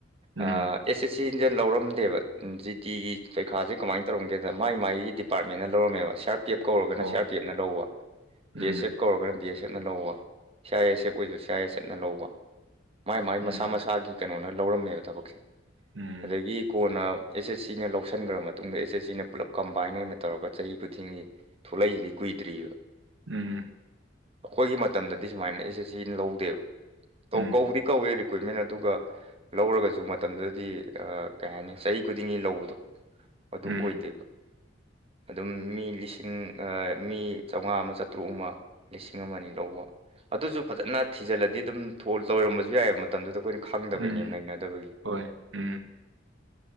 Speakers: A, on the right (about 80°); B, on the right (about 30°).
A: ꯎꯝ
B: ꯑ ꯑꯦꯁ ꯑꯦꯁ ꯁꯤꯅ ꯂꯧꯔꯝꯗꯦꯕ ꯖꯤ ꯗꯤꯒꯤ ꯄꯩꯔꯤꯈꯥꯁꯦ ꯀꯃꯥꯏꯅ ꯇꯧꯔꯝꯒꯦꯗ ꯃꯥꯏ ꯃꯥꯏꯒꯤꯗꯤ ꯄꯥꯔ꯭ꯠꯃꯦꯟꯅ ꯂꯧꯔꯝꯃꯦꯕ ꯁꯤꯑꯔ ꯄꯤ ꯑꯦꯐ ꯀꯧꯔꯒꯅ
A: ꯑꯣ
B: ꯁꯤ ꯑꯥꯔ ꯄꯤ ꯑꯦꯐꯅ ꯂꯧꯕ
A: ꯎꯝ
B: ꯕꯤ ꯑꯦꯁ ꯑꯦꯐ ꯀꯧꯔꯒꯅ ꯕꯤ ꯑꯦꯁ ꯑꯦꯐꯅ ꯂꯧꯕ ꯁꯤ ꯑꯥꯔ ꯑꯦꯁ ꯑꯦꯐ ꯑꯣꯏꯁꯨ ꯁꯤ ꯑꯥꯏꯌꯦ ꯆꯦꯠꯅ ꯂꯧꯕ ꯃꯥꯏ ꯃꯥꯏ
A: ꯎꯝ
B: ꯃꯁꯥ ꯃꯁꯥꯒꯤ ꯀꯩꯅꯣꯅ ꯂꯧꯔꯝꯃꯦꯕ ꯊꯕꯛꯁꯦ
A: ꯎꯝ
B: ꯑꯗꯒꯤ ꯀꯣꯟꯅ ꯑꯦꯁ ꯑꯦꯁ ꯁꯤꯅ ꯂꯧꯁꯤꯟꯈ꯭ꯔ ꯃꯇꯨꯡꯗ ꯑꯦꯁ ꯑꯦꯁ ꯁꯤꯅ ꯄꯨꯜꯂꯞ ꯀꯝꯕꯥꯏꯟ ꯑꯣꯏꯅ ꯇꯧꯔꯒ ꯆꯍꯤ ꯈꯨꯗꯤꯡꯒꯤ ꯊꯣꯛꯂꯛꯏꯁꯤꯗꯤ ꯀꯨꯏꯗ꯭ꯔꯤꯕ
A: ꯎꯝ
B: ꯑꯈꯣꯏꯒꯤ ꯃꯇꯝꯗꯗꯤ ꯁꯨꯃꯥꯏꯅ ꯑꯦꯁ ꯁꯦ ꯁꯤꯅ ꯂꯧꯗꯦꯕ ꯇꯧ
A: ꯎꯝ
B: ꯀꯧꯕꯗꯤ ꯀꯧꯋꯦ ꯔꯤꯀ꯭ꯋꯤꯠꯃꯦꯟ ꯑꯗꯨꯒ ꯂꯧꯔꯒꯁꯨ ꯃꯇꯝꯗꯨꯗꯗꯤ ꯑ ꯀꯩ ꯍꯥꯏꯅꯤ ꯆꯍꯤ ꯈꯨꯗꯤꯡꯒꯤ ꯂꯧꯕꯗꯣ ꯑꯗꯨ
A: ꯎꯝ
B: ꯑꯣꯏꯗꯦꯕ ꯑꯗꯨꯝ ꯃꯤ ꯂꯤꯁꯤꯡ ꯑ ꯃꯤ ꯆꯥꯝꯃꯉꯥ ꯑꯃ ꯆꯥꯇ꯭ꯔꯨꯛ ꯑꯃ ꯂꯤꯁꯤꯡ ꯑꯃ ꯑꯅꯤ ꯂꯧꯕ ꯑꯗꯨꯁꯨ ꯐꯖꯅ ꯊꯤꯖꯤꯜꯂꯗꯤ ꯑꯗꯨꯝ ꯐꯣꯜꯇꯧꯔꯝꯕꯁꯨ ꯌꯥꯏꯌꯦꯕ ꯃꯇꯝꯗꯨꯗ ꯑꯩꯈꯣꯏꯅ ꯈꯪꯗꯕꯩꯅꯦ
A: ꯎꯝ
B: ꯅꯩꯅꯗꯕꯒꯤ
A: ꯍꯣꯏ ꯎꯝ